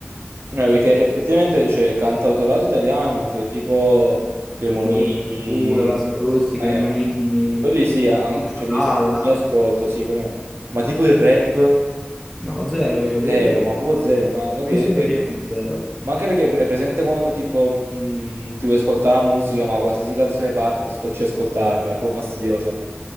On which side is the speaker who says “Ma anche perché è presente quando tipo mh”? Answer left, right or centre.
Right